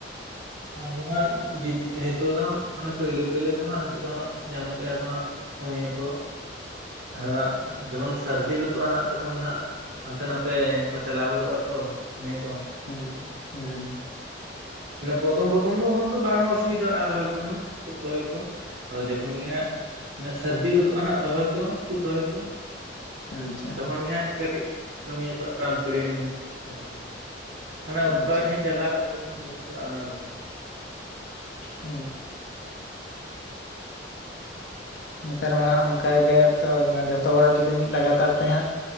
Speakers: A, on the right (about 70°); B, on the left (about 60°).
A: ᱫᱚ ᱦᱟᱸᱜ ᱱᱤᱛᱚᱜ ᱫᱚ ᱦᱟᱸᱜ ᱢᱟᱱᱮ ᱯᱟᱹᱭᱞᱳ ᱯᱟᱹᱭᱞᱳ ᱫᱚ ᱦᱟᱸᱜ ᱱᱤᱛᱚᱜ ᱫᱚ ᱦᱟᱸᱜ ᱧᱟᱢᱚᱜ ᱜᱮᱭᱟ ᱠᱚ ᱦᱟᱸᱜ ᱠᱩᱢᱤᱭᱟᱹ ᱠᱚ ᱟᱨ ᱡᱚᱠᱷᱚᱱ ᱥᱟᱹᱨᱫᱤ ᱜᱚᱫᱚᱜᱼᱟ ᱦᱟᱸᱜ ᱛᱚᱠᱷᱚᱱ ᱫᱚ ᱦᱟᱸᱜ ᱦᱟᱱᱛᱮ ᱱᱟᱛᱮ ᱠᱚ ᱪᱟᱞᱟᱣ ᱜᱚᱫᱚᱜᱼᱟ ᱛᱚ ᱠᱟᱹᱢᱤᱭᱟᱹ ᱠᱚ
B: ᱦᱩᱸ ᱦᱩᱸ
A: ᱢᱮ ᱯᱨᱚᱛᱷᱚᱢ ᱯᱨᱚᱛᱷᱚᱢ ᱫᱚ ᱩᱱᱟᱹᱜ ᱫᱚ ᱵᱟᱝ ᱚᱥᱩᱵᱤᱫᱟᱜᱼᱟ ᱟᱨ ᱨᱚᱦᱚᱭ ᱠᱚᱦᱚᱸ ᱛᱩᱫ ᱨᱚᱦᱚᱭ ᱠᱚ ᱟᱫᱚ ᱡᱚᱠᱷᱚᱱ ᱜᱮ ᱦᱟᱸᱜ ᱥᱟᱹᱨᱫᱤ ᱜᱚᱫᱚᱜᱼᱟ ᱦᱟᱸ ᱨᱚᱦᱚᱭ ᱠᱚ ᱛᱩᱫ ᱨᱚᱦᱚᱭ ᱠᱚ
B: ᱟᱪᱪᱷᱟ
A: ᱛᱚᱠᱷᱚᱱ ᱜᱮ ᱦᱟᱸᱜ ᱠᱟᱹᱴᱤᱡ ᱠᱟᱹᱢᱤᱭᱟᱹ ᱠᱚ ᱴᱟᱱ ᱯᱩᱲᱤᱱ ᱟᱨᱠᱤ ᱢᱟᱱᱮ ᱚᱠᱟᱴᱷᱮᱱ
B: ᱟᱪᱪᱷᱟ
A: ᱪᱟᱞᱟᱜ ᱚᱠᱟ <unintelligible> ᱚᱱᱮ ᱚᱱᱠᱟ
B: ᱦᱮᱸ ᱱᱮᱛᱟᱨ ᱢᱟᱟᱸᱜ ᱚᱱᱠᱟᱜᱮᱛᱚ ᱡᱷᱚᱛᱚ ᱦᱚᱲᱟᱜ ᱡᱩᱫᱤ ᱢᱤᱫ ᱞᱟᱜᱟᱛᱟᱨ ᱛᱮ ᱦᱟᱸᱜ